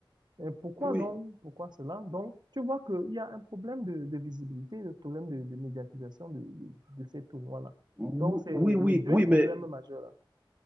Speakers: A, on the right (about 55°); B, on the right (about 15°).
A: Et pourquoi
B: oui,
A: donc? Pourquoi cela? Donc, tu vois qu'il y a un problème de, de visibilité, un problème de, de médiatisation de, de, de ces tournois-là.
B: Ou-
A: Donc, c'est
B: oui, oui,
A: les deux
B: oui,
A: problèmes
B: mais
A: majeurs. là.